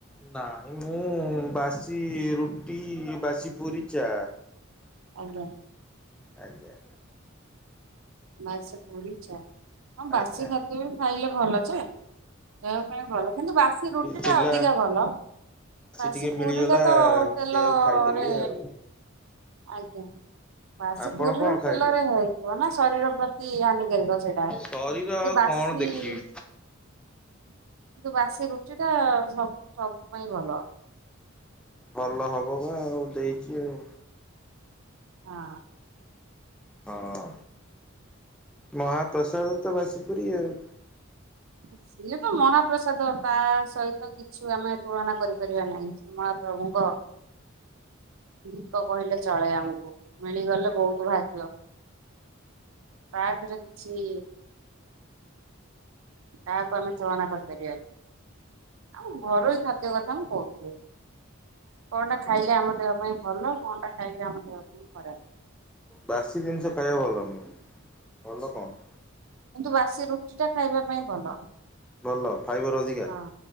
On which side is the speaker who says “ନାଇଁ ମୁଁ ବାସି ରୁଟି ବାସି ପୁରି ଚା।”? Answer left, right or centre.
Centre